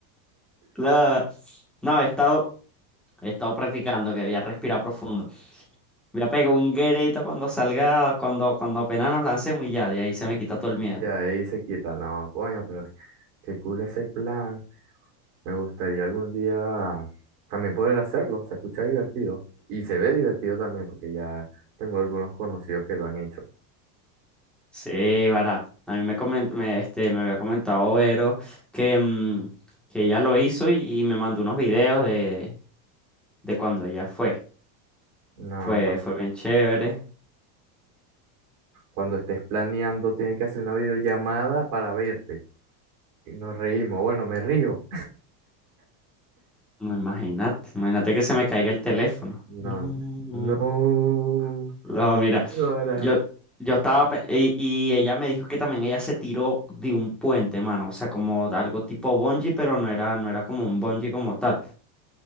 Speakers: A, in the centre; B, on the right.
A: La- No, he estado, he estado practicando que voy a respirar profundo. Voy a pegar un grito cuando salga, cuando, cuando apenas nos lancemos y ya, de ahí se me quita todo el miedo.
B: Y ahí se quita, no, coño, pero qué cool ese plan. Me gustaría algún día también poder hacerlo, se escucha divertido. Y se ve divertido también, porque ya tengo algunos conocidos que lo han hecho.
A: Sí, vará. A mí me, comen- me, este, me había comentado Vero que, mm, que ella lo hizo y, y me mandó unos videos de, de cuando ella fue.
B: No,
A: Fue, fue bien chévere.
B: Cuando estés planeando, tienes que hacer una videollamada para verte. Y nos reímos. Bueno, me río.
A: No, imagínate, imagínate que se me caiga el teléfono.
B: No,
A: No.
B: no.
A: No, mira,
B: Ahora,
A: yo, yo estaba, pe- y, y ella me dijo que también ella se tiró de un puente, mano, o sea, como algo tipo bungee, pero no era, no era como un bungee como tal.